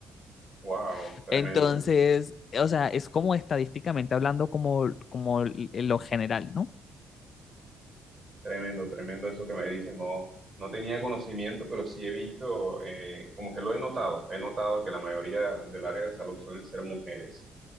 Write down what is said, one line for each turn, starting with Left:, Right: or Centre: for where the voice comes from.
Right: Wow,
Left: <laughs>
Right: tremendo,
Left: Entonces,
Right: ¿eh?
Left: o sea, es como estadísticamente hablando como, como l- lo general, ¿no?
Right: Tremendo, tremendo eso que me dices. No, no tenía conocimiento, pero sí he visto, eh, como que lo he notado. He notado que la mayoría del área de salud suelen ser mujeres.